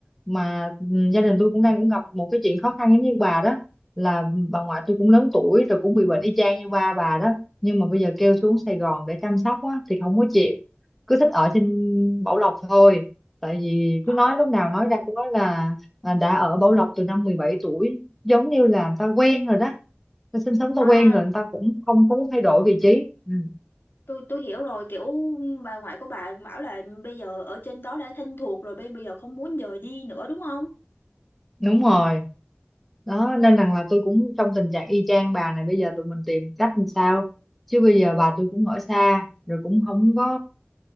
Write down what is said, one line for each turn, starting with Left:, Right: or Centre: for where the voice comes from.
Centre: mà ừ, gia đình tôi cũng đang cũng gặp một cái chuyện khó khăn giống như bà đó là bà ngoại tôi cũng lớn tuổi rồi cũng bị bệnh y chang như ba bà đó nhưng mà bây giờ kêu xuống Sài Gòn để chăm sóc á thì không có chịu cứ thích ở trên Bảo Lộc thôi tại vì
Left: ờ
Centre: cứ nói lúc nào nói ra cũng nói là à, đã ở Bảo Lộc từ năm 17 tuổi giống như là người ta quen rồi đó ta sinh sống ta
Left: à
Centre: quen rồi người ta cũng không có muốn thay đổi vị trí ừ,
Left: tôi tôi hiểu rồi kiểu bà ngoại của bà bảo là bây giờ ở trên đó đã thân thuộc rồi bây bây giờ không muốn dời đi nữa đúng không
Centre: đúng rồi đó nên rằng là tôi cũng trong tình trạng y chang bà này bây giờ tụi mình tìm cách làm sao chứ bây giờ bà tôi cũng ở xa rồi cũng không có